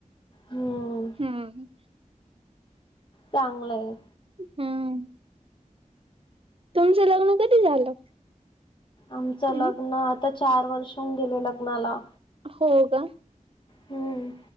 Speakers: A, on the left; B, on the right.
A: हम्म
B: हम्म.
A: चांगलंय.
B: हम्म. तुमचं लग्न कधी झालं?
A: आमचं
B: हम्म
A: लग्न, आता चार वर्ष होउन गेले लग्नाला.
B: हो का?
A: हम्म